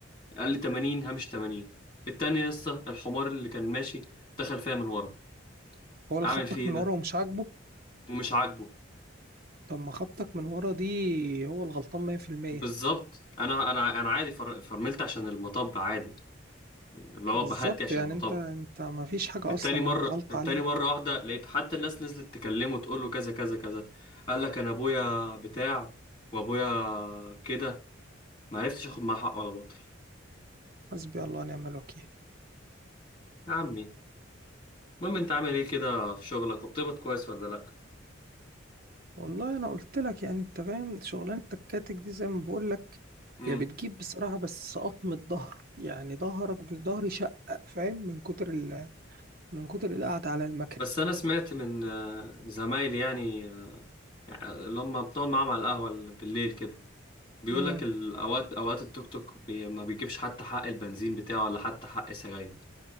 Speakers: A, on the left; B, on the right.
A: قال لي 80 همشي 80 التاني يا اسطى الحمار اللي كان ماشي دخل فيا من ورا
B: هو اللي
A: اعمل
B: خبطك
A: فيه ايه
B: من
A: ده
B: ورا ومش عاجبه
A: ومش عاجبه
B: طب ما خبطك من ورا دي هو الغلطان 100%
A: بالظبط انا انا انا عادي فر- فرملت عشان المطب عادي اللي هو
B: بالظبط
A: بهدي عشان
B: يعني
A: المطب
B: انت انت ما فيش حاجة
A: التاني
B: اصلا
A: مرة
B: غلط
A: التاني
B: عليك
A: مرة واحدة لقيت حتى الناس نزلت تكلمه تقول له كذا كذا كذا قال لك انا ابويا بتاع وابويا كده ما عرفتش اخد معاه حق ولا باطل
B: حسبي الله ونعم الوكيل
A: يا عمي المهم انت عامل ايه كده في شغلك وبتقبض كويس ولا لا
B: والله انا قلت لك يعني انت فاهم شغلانه الكاتك دي زي ما بقول لك
A: امم
B: هي بتجيب بصراحه بس قطم الظهر يعني ظهرك بظهري شقق فاهم من كتر ال... من كتر القعده على المكنه
A: بس انا سمعت من آه، زمايلي يعني آه، اللي هم بنقعد معاهم على القهوة بالليل كده بيقول
B: امم
A: لك الاوقات اوقات التوك توك بي ما بيجيبش حتى حق البنزين بتاعه ولا حتى حق سجاير